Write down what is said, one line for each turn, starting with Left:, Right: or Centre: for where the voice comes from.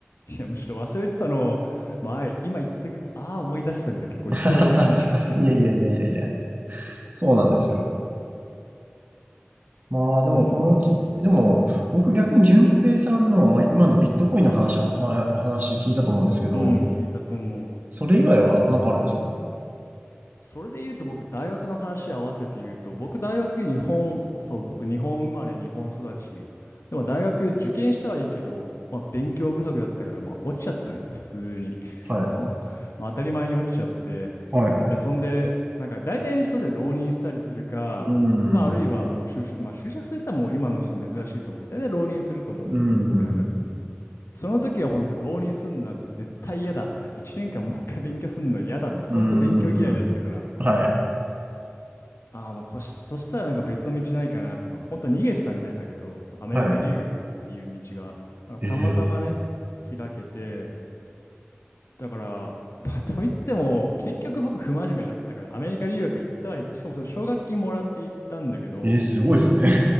Left: いや、むしろ忘れてたのを、前、今言ってくれて、ああ、思い出したみたいな、結構失礼な感じですけど。
Right: <laughs> いやいやいやいやいや、そうなんですよ。まあ、でも、
Left: うん、
Right: このうち、でも、僕逆に淳平さんの、まあ、今のビットコインの話は、まお話聞いたと思うんですけど、
Left: うん、聞いたと思う。
Right: それ以外はなんかあるんですか
Left: それで言うと僕、大学の話合わせて言うと、僕、大学日本、そう、僕、日本生まれ、日本育ち。でも、大学受験したはいいけど、まあ、勉強不足だったから、まあ、落ちちゃったのよ、普通に。
Right: はい、
Left: <laughs> もう、まあ、当たり前に落ちちゃって。
Right: はい。う
Left: で、そんで、なんか、大体の人で浪人したりするか、
Right: ーん、
Left: まあ、あるいはもう就職、
Right: う
Left: まあ、就職する人はもう今の人珍しいと思うけど、大体浪人すると思うんだけど、
Right: ーん、
Left: 僕なんか、その時は本当浪人すんなんて絶対嫌だみたいな。1年間もう一回勉強すんの嫌だって、本当勉強嫌いだったから、
Right: うーん、
Left: そう。
Right: はい、
Left: ああ、まあこし、そしたらなんか別の道ないかなって、まあ、本当逃げてたみたいだけど、そうアメリカ留学っていう道が、
Right: はい。
Left: だからたまたまね、
Right: ええ
Left: 開けて、だから、まあ、といっても、結局僕、不真面目だったから、アメリカ留学行ったはいいけど、しかもその奨学金もらって行ったんだけど、
Right: えー、すごいですね。